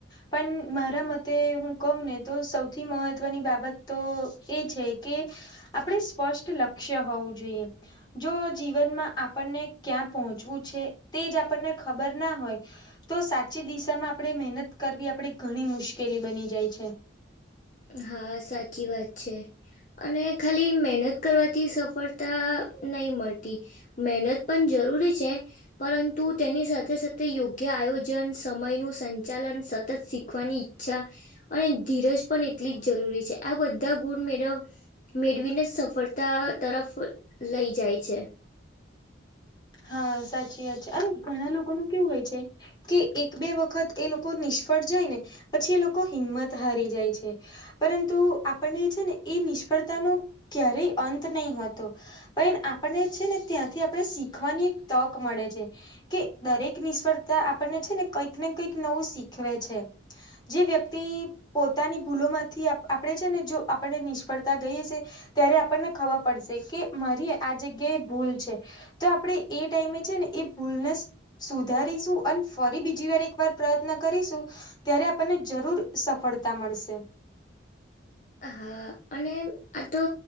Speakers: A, on the left; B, on the left.
A: પણ મારા મતે હું કહુંઉ ને તો સૌથી મહત્વની બાબત તો એ છે કે આપણે સ્પષ્ટ લક્ષ્ય હોવું જોઈએ. જો જીવનમાં આપણને ક્યાં પહોંચવું છે, તે જ આપણને ખબર ના હોય તો સાચી દિશામાં આપણે મહેનત કરવી આપણે ઘણી મુશ્કેલી બની જાય છે.
B: હા સાચી વાત છે. અને ખાલી મહેનત કરવાથી સફળતા નય મળતી. મહેનત પણ જરૂરી છે. પરંતુ તેની સાથે સાથે યોગ્ય આયોજન, સમયનું સંચાલન સતત શીખવાની છા અને ધીરજ પણ એટલી જ જરૂરી છે. આ બધા ગુણ મેળવ મેળવીને સફળતા તરફ લઈ જાય છે.
A: હા સાચી વાત છે હવે ઘણા લોકોનું કેવું હોય છે. કે એક બે વખત એ લોકો નિષ્ફળ જાય ને, પછી એ લોકો હિંમત હારી જાય છે. પરંતુ આપણને છે ને એ નિષ્ફળતાનો ક્યારેય અંત નહી હતો. પણ આપણને છે ને ત્યાંથી આપણે શીખવાની એક તક મળે છે. કે દરેક નિષ્ફળતા આપણને છે ને કંઈક ને કંઈક નવું શીખવે છે. જે વ્યક્તિ પોતાની ભૂલો માંથી આપણેે છે ને જો આપને નિષ્ફળતા ગઈએ છીએ. ત્યારે આપણને ખબર પડશે કે મારી આ જગ્યા એ ભૂલ છે. તો આપડે એ ટાઈમે છે ને એ ભૂલનેસ સુધારીશું અને ફરી બીજી વાર એકવાર પ્રયત્ન કરીશું ત્યારે આપણને જરૂર સફળતા મળશે.
B: હા અને આ તો